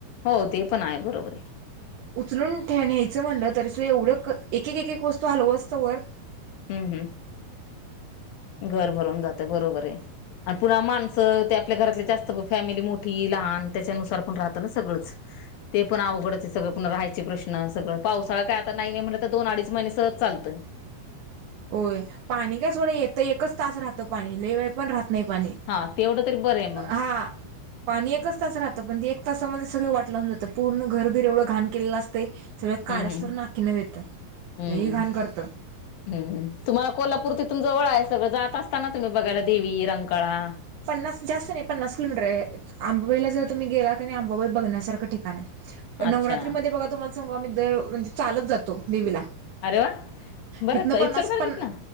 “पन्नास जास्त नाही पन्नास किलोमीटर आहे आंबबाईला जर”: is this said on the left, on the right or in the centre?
Right